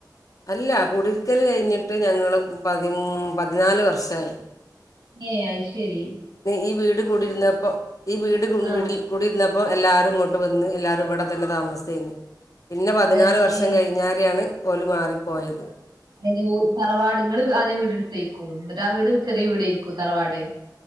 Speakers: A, on the left (about 50°); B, on the right (about 80°).
A: അല്ല കുടിരിക്കൽ കഴിഞ്ഞിട്ട് ഞങ്ങൾ പതി പതിനാല് വർഷായി
B: ഏഹ് അയിശെരി
A: ഈ വീട് കുടിരുന്നപ്പോൾ ഈ വീട് കുൻ
B: ആ
A: വീടിൽ കുടി ഇരുന്നപ്പോൾ എല്ലാരും ഇങ്ങോട്ട് വന്ന് എല്ലാരും ഇവിടെ തന്നെ താമസേന്ന് പിന്നെ പതിനാല്
B: അതെ-
A: വർഷം
B: ഏ
A: കഴിഞ്ഞാരെയാണ് ഓല് മാറിപ്പോയത്
B: അതിന്റെ തറവാട് ഇങ്ങള് ആദ്യം വീട്ഇട്ത്തേക്കും എന്നിട്ട് ആ വീട് ചെറിയ വീടേയിരിക്കും തറവാട്